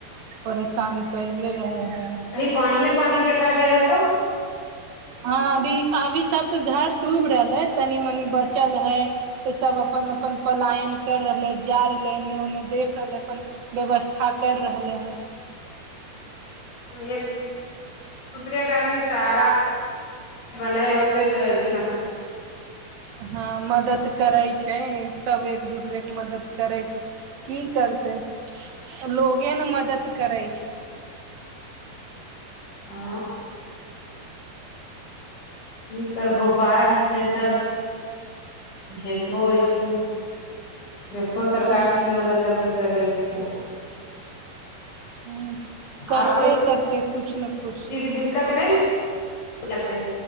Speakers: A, on the right; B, on the left.
A: परेशान करले रहे है
B: पानिए पानी देखाइ दे हो तौ
A: हँ अभी अभी सबके घर डूब रहले तनी मनी बचल है तऽ सब अपन अपन पलायन कर रहले जा रहले एने ओन्ने देख रहले अपन व्यवस्था कर रहलै
B: एक दूसरे के आदमी सहारा बनाए होतै तऽना
A: हँ मदद करै छै छै सभ एक दूसरे के मदद करै छै की करतै लोगे ने मदद करै छै
B: हँ <inaudible> की करबहो बाढ़ि छै सब झेलबो ऐसे <unintelligible> देखहो सरकार
A: हूँ
B: की मदद अभी करै छै
A: ह करबे
B: आर कोइ
A: करते कछु ने कुछ
B: चीजके दिक्कत नहि